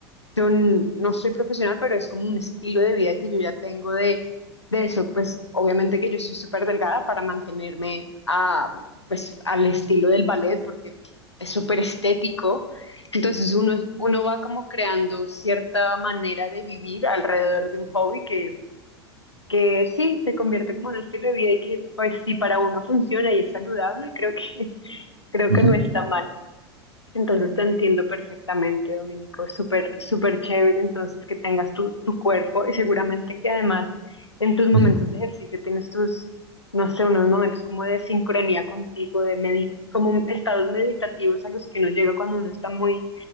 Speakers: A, on the left; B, on the right.
A: yo n- no soy profesional, pero es como un estilo de vida que yo ya tengo de, de eso. Pues obviamente que yo soy súper delgada para mantenerme a, pues, al estilo del ballet porque es súper estético. Entonces uno, uno va como creando cierta manera de vivir alrededor de un hobby que que sí, se convierte como en un estilo de vida y que pues si para uno funciona y es saludable, creo que, <laughs> creo que
B: Uh -huh,
A: no está mal. Entonces te entiendo perfectamente, Dominico, súper, súper chévere entonces que tengas tu, tu cuerpo y seguramente que además en tus momentos
B: uh -huh.
A: de ejercicio tienes tus, no sé, unos momentos como de sincronía contigo, de medi- como estados meditativos a los que uno llega cuando uno está muy